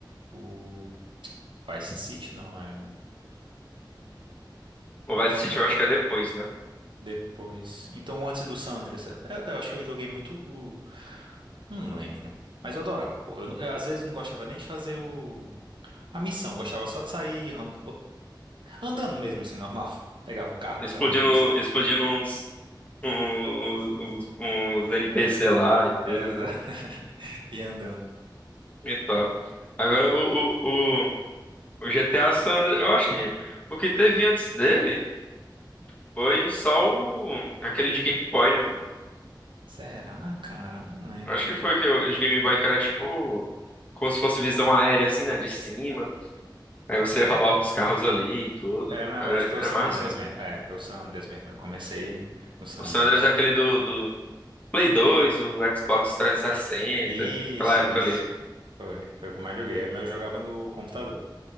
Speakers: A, on the right; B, on the left.
A: O Vice City, não, é...
B: O
A: Enfim,
B: Vice City eu acho que é depois, né?
A: Depois... Então, o antes do San Andreas. Eu, eu acho que eu joguei muito o... Não lembro. Mas eu adorava, pô. Eu, não- eu, às vezes não gostava nem de fazer o... a missão. Eu gostava só de sair and- andando mesmo, assim, normal. <laughs> Pegava o carro, botava
B: Explodindo,
A: música.
B: explodindo uns, uns, uns, uns NPC lá e tudo,
A: É, exato.
B: né?
A: <laughs> E andando.
B: E top. Agora o, o, o, o GTA San Andreas, eu acho que o que teve antes dele foi só o aquele de Game Boy, né, não?
A: Será, cara? Não lembro.
B: Acho que foi que o de Game Boy que era tipo como se fosse visão aérea assim, né, de cima. Aí você roubava
A: É,
B: os carros ali e tudo.
A: é, não,
B: Era
A: acho que foi
B: era
A: o San
B: mais
A: Andreas
B: assim.
A: mesmo. É, foi o San Andreas mesmo. Eu comecei no San
B: O San
A: Andreas.
B: Andreas é aquele do, do Play 2 o Xbox trezentos e sessenta
A: Isso,
B: aquela época
A: isso.
B: ali.
A: Foi. Foi o que eu mais joguei. Mas eu jogava no computador.